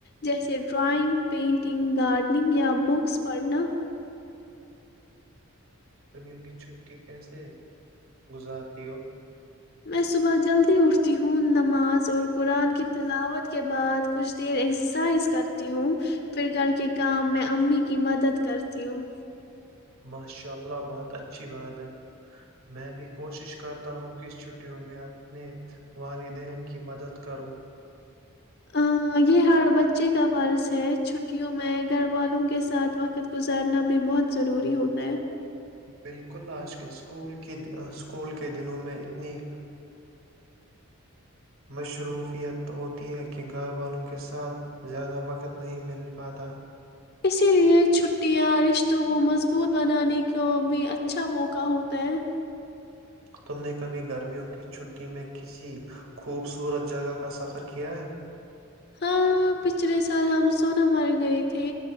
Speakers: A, on the left; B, on the right.
A: جیسے ڈرائنگ پینٹنگ گارڈننگ یا بکس پڑھنا
B: گرمیوں کی چھٹی کیسے گزارتی ہو؟
A: میں صبح جلدی اٹھتا ہوں نماز اور قرآن کی تلاوت کے بعد کچھ دیر ایکسرسائز کرتی ہوں پھر گھر کے کام میں امی کی مدد کرتی ہوں
B: ماشاء اللہ بہت اچھی بات ہے میں بھی کوشش کرتا ہوں کہ اس چھٹیوں میں اپنے والدین کی مدد کروں
A: آہ، یہ ہر بچے کا فرض ہے چھٹیوں میں گھر والوں کے ساتھ وقت گزارنا بھی بہت ضروری ہوتا ہے
B: بالکل آج کل اسکول کی اسکول کے دنوں میں اتنی مصروفیت ہوتی ہے کہ گھر والوں کے ساتھ زیادہ وقت نہیں مل پاتا
A: اسی لے چھٹیاں رشتوں کو مضبوط بنانے کا بھی اچھا موقع ہوتا ہے
B: تم نے کبھی گرمیوں کی چھٹی میں کسی خوبصورت جگہ کا سفر کیا ہے
A: ہاں پچھلے سال ہم سون مرگ گئے تھے